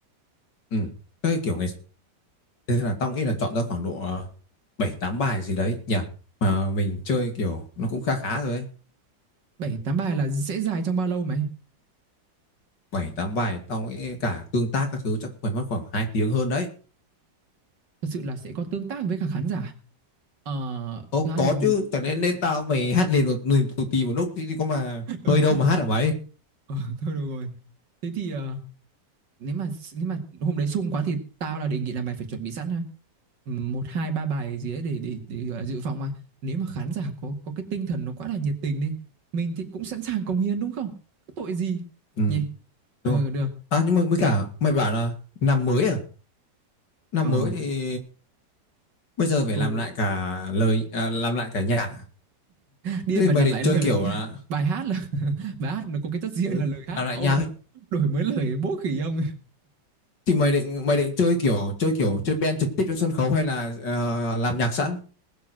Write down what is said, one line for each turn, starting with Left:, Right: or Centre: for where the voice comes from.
Left: ừ. Cái kiểu ngày thế là tao nghĩ là chọn ra khoảng độ ờ, 7 8 bài gì đấy nhỉ. Mà mình chơi kiểu nó cũng khá khá rồi ấy.
Right: bảy tám bài là sẽ dài trong bao lâu mày
Left: bảy tám bài tao nghĩ cả tương tác các thứ chắc cũng phải mất khoảng 2 tiếng hơn đấy.
Right: thật sự là sẽ có tương tác với cả khán giả Ờ,
Left: Ồ
Right: thực ra
Left: có
Right: thì
Left: chứ, cho nên nên tao mày hát liền một liền tù tì một lúc thì có mà
Right: ừ.
Left: hơi đâu mà hát hả mày?
Right: Ờ, thôi được rồi thế thì ờ, nếu mà nếu mà hôm đấy sung quá thì tao là đề nghị là mày phải chuẩn bị sẵn ha Ừm, một hai ba bài gì đấy để để để gọi là dự phòng mà nếu mà khán giả có có cái tinh thần nó quá là nhiệt tình đi mình thì cũng sẵn sàng cống hiến đúng không có tội gì
Left: Ừ,
Right: nhỉ ừ
Left: đúng rồi.
Right: được
Left: À nhưng mà với
Right: thế
Left: cả
Right: thì,
Left: mày bảo là năm mới à? Năm
Right: ờ
Left: mới thì bây giờ phải
Right: ừ,
Left: làm lại cả lời à, làm lại cả nhạc. à?
Right: điên
Left: Thế thì
Right: mà
Left: mày
Right: làm
Left: định
Right: lại lời
Left: chơi kiểu là
Right: bài hát là <laughs> bài hát nó có cái chất riêng
Left: ừ,
Right: là lời hát
Left: làm lại
Right: ông
Left: nhạc
Right: lại
Left: ấy.
Right: đổi mới lời bố khỉ ông
Left: Thì mày định mày định chơi kiểu chơi kiểu chơi band trực tiếp trên sân khấu hay là ờ, làm nhạc sẵn?